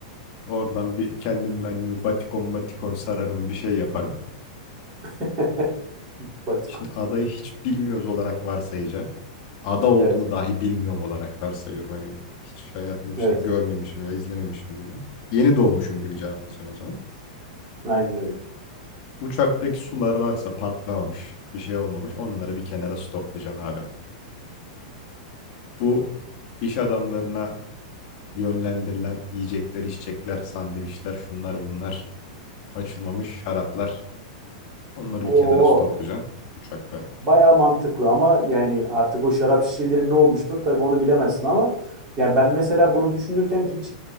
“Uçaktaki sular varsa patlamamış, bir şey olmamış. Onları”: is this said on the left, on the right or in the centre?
Left